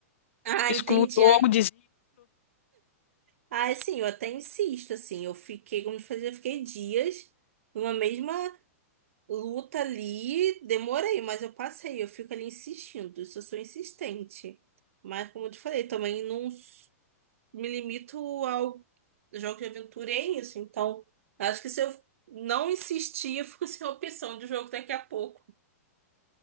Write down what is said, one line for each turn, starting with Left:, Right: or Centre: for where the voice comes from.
Right: Ah,
Left: excluo
Right: entendi.
Left: o
Right: Ah,
Left: jogo,
Right: ah, assim, eu até insisto, assim. Eu fiquei, como eu te eu fiquei dias numa mesma. Luta ali, demorei, mas eu passei. Eu fico ali insistindo, isso eu sou insistente. Mas, como eu te falei, também não s- me limito ao jogo de aventura, e é isso. Então, acho que se eu não insistir, eu fico <laughs> sem opção de jogo daqui a pouco.